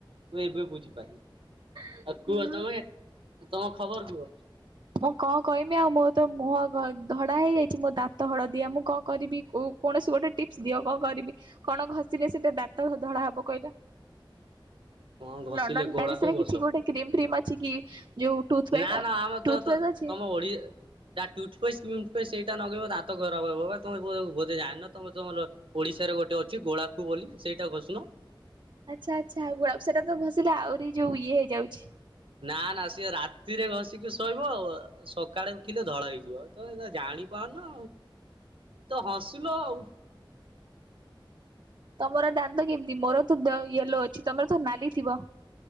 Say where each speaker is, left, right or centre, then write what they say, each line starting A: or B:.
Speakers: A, on the right (about 85°); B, on the right (about 60°).
A: ତୁ ଏବେ ବୁଝିପାରିଲି।
B: ଆଁ
A: ଆଉ କୁହ ତମେ ତମ ଖବର କୁହ।
B: ମୁଁ କଣ କହମି ଆଉ ମୋ ତ ମୁହଁ ଧ ଧଳା ହେଇଯାଇଚି ମୋ ଦାନ୍ତ ହଳଦିଆ ମୁଁ କଣ କରିବି କୋ କୌଣସି ଗୋଟେ ଟିପସ୍ ଦିଅ କଣ କରିବି କଁ କଣ ଘଷିଲେ ସେ ଟିକେ ଦାନ୍ତ ଧଳା ହବ କହିଲ? ଲଣ୍ଡନ
A: କଣ ଘଷିଲେ ଗୋଡାକୁ
B: ପ୍ୟାରିସ ରେ
A: ଘଷ।
B: କିଛି ଗୋଟେ କ୍ରିମି ଫ୍ରିମ ଅଛି କି? ଯୋଉ ଟୁଥପେଷ୍ଟ
A: ନା ନା ଆମେ
B: ଟୁଥପେଷ୍ଟ
A: ତ ତ
B: ଅଛି?
A: ତମ ଓଡି ନା ଟୁଥ ପେଷ୍ଟ ପେଷ୍ଟ ସେଇଟା ନଗେଇବ ଦାନ୍ତ ଖରାବ ହବ ପା। ତମେ ବୋ ବୋଧେ ଯାନିଣ ତମେ ତମର ଓଡିଶାରେ ଗୋଟେ ଅଛି ଗୁଡାଖୁ ବୋଲି ସେଇଟା ଘଶୁନ।
B: ଆଚ୍ଛା ଆଚ୍ଛା ଗୁଡାଖୁ ସେଟା ତ ଘସିଲେ ଆହୁରି ଯୋଉ ଇଏ ହେଇଯାଉଚି।
A: ନା ନା ସିଏ ରାତିରେ ଘଷିକି ଶୋଇିବ ଆଉ ସକାଳେ ଉଠିଲେ ଧଳା ହେଇଯିବ ତ ଏ ଜାଣିପ ଅନୁ ତୁ ହସିଲୁ ଆଉ।
B: ତମର ଦାନ୍ତ କେମିତି ମୋର ତ ଦ ୟେଲୋ ଅଛି ତମର ତ ନାଲି ଥିବ।